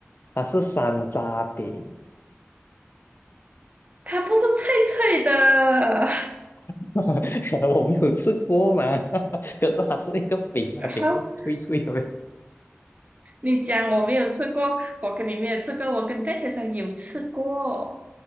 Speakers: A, on the left; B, on the right.
A: 它是山楂饼。
B: 它不是脆脆的。
A: <laughs> 我没有吃过嘛，<laughs> 可是它是一个饼啊，
B: <laughs> 然后
A: 饼是脆脆的呗。
B: 你讲我没有吃过，我跟你没有吃过，我跟戴先生有吃过，